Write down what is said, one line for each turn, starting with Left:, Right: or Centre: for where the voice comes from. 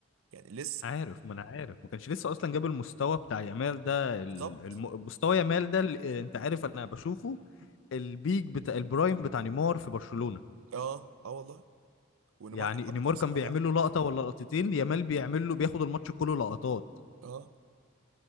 Right: يعني لسه
Left: عارف ما انا عارف ما كانش لسه اصلا جاب المستوى بتاع يامال ده
Right: بالظبط
Left: ال- الم... مستوى يامال ده ال- آه، انت عارف انا بشوفه البيك بتاع البرايم بتاع نيمار في برشلونة
Right: اه اه والله ونيمار
Left: يعني
Right: كان عنده
Left: نيمار
Right: كام سنه
Left: كان بيعمل
Right: بقى
Left: له لقطة ولا لقطتين يامال بيعمل له بياخد الماتش كله لقطات
Right: اه